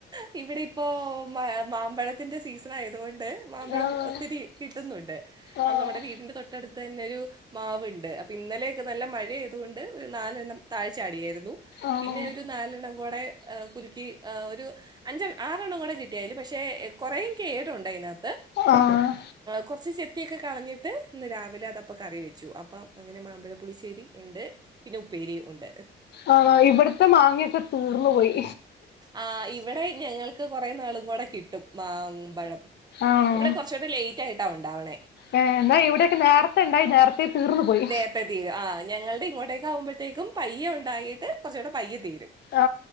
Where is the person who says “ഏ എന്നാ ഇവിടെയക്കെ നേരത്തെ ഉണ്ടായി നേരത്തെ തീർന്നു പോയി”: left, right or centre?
Left